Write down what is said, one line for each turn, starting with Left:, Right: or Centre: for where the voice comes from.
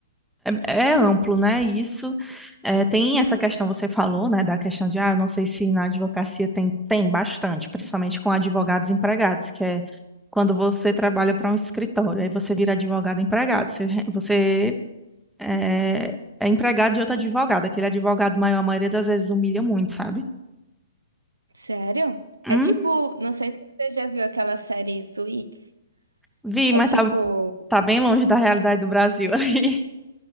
Centre: É, é amplo, né? Isso é, tem essa questão, você falou, né, da questão de, ah, eu não sei se na advocacia tem, tem bastante, principalmente com advogados empregados, que é quando você trabalha para um escritório, aí você vira advogado empregado, você, re- você é, é empregado de outro advogado, aquele advogado maior, a maioria das vezes humilha muito, sabe?
Right: Sério?
Centre: Hum,
Right: É tipo, não sei se você já viu aquela série Suits.
Centre: vi,
Right: É
Centre: mas
Right: tipo,
Centre: tá, tá bem longe da realidade do Brasil ali. <laughs>